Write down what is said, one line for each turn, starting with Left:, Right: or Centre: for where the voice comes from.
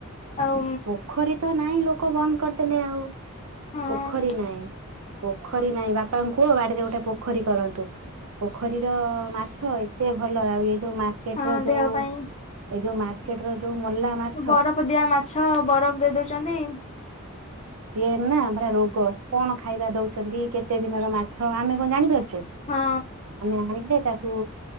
Left: ଆଉ
Right: ପୋଖରୀ ତ ନାଇଁ ଲୋକ ବନ୍ଦ କରିଦେଲେ ଆଉ।
Left: ହଁ।
Right: ପୋଖରୀ ନାହିଁ। ପୋଖରୀ ନାହିଁ। ବାପାଙ୍କୁ କୁହ ବାଡିରେ ଗୋଟେ ପୋଖରୀ କରନ୍ତୁ। ପୋଖରୀର ମାଛ ଏତେ ଭଲ। ଆଉ ଏ ଯୋଉ ମାର୍କେଟ
Left: ହଁ
Right: ର ଯୋଉ,
Left: ଦେହ ପାଇଁ
Right: ଏଇ ଯୋଉ ମାର୍କେଟ ର ଯୋଉ ମଲା ମାଛ
Left: ବରଫ ଦିଆ ମାଛ, ବରଫ ଦେଇ ଦଉଛନ୍ତି।
Right: ହ ସିଇନା ପୁରା ରୋଗ। କଣ ଖାଇବା ଦଉଛନ୍ତି, କେତେ ଦିନର ମାଛ, ଆମେ କଣ ଜାଣିପାରୁଛୁ?
Left: ହଁ।
Right: ଚେ ଆମ ଆଣିିଲେ ତା କୁ